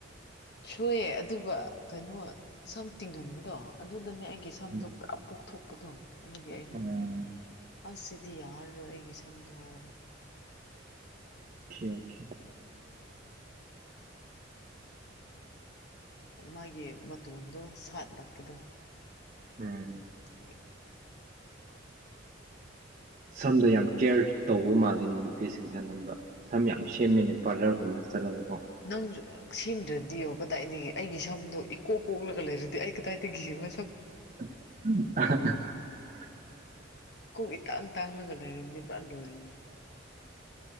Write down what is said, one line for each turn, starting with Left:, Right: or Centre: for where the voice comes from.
Left: ꯁꯣꯏꯑꯦ ꯑꯗꯨꯒ ꯀꯩꯅꯣ ꯁꯝ ꯇꯤꯡꯍꯟꯕꯗꯣ ꯑꯗꯨꯗꯅꯦ ꯁꯝꯗꯨꯣ
Right: ꯎꯝ
Left: ꯄꯨꯔꯥ ꯄꯣꯛꯊꯣꯛ ꯎꯞꯄꯗꯣ ꯑꯗꯨꯒꯤ ꯑꯩꯅ
Right: ꯑꯣꯀꯦ
Left: ꯑꯁ ꯁꯤꯗꯤ ꯌꯥꯔꯔꯣꯏ ꯑꯩꯒꯤ ꯁꯝꯗꯣ ꯍꯥꯏꯔꯕ
Right: ꯁꯤ ꯑꯣꯀꯦ
Left: ꯃꯥꯒꯤ ꯃꯇꯣꯟꯗꯣ ꯁꯥꯠ ꯅꯛꯄꯗꯣ
Right: ꯎꯝ
Left: ꯑꯗꯨꯦ
Right: ꯁꯝꯗ ꯌꯥꯝ ꯀꯦꯌꯔ ꯇꯧꯕ ꯃꯥꯜꯂꯤꯅꯦ ꯅꯨꯄꯤꯁꯤꯡꯁꯦ ꯑꯅꯝꯕ ꯁꯝ ꯌꯥꯝ ꯁꯦꯝꯃꯤꯅꯦ ꯄꯥꯔꯂꯔꯒꯨꯝꯕ ꯆꯔ ꯀꯣ
Left: ꯅꯪꯁꯨ ꯁꯦꯝꯗ꯭ꯔꯗꯤꯌꯣ ꯀꯗꯥꯏꯗꯒꯤ ꯑꯩꯒꯤ ꯁꯝꯗꯣ ꯏꯀꯣꯛ ꯀꯣꯛꯂ ꯂꯩꯔꯗꯤ ꯑꯩ ꯀꯗꯥꯏꯗ ꯤꯅ
Right: <unintelligible>
Left: ꯀꯣꯛ ꯏ ꯇꯥꯡ ꯇꯥꯡꯂꯒ ꯂꯩꯔꯤꯅꯤ ꯄꯨꯥ ꯂꯣꯏꯔꯅꯤ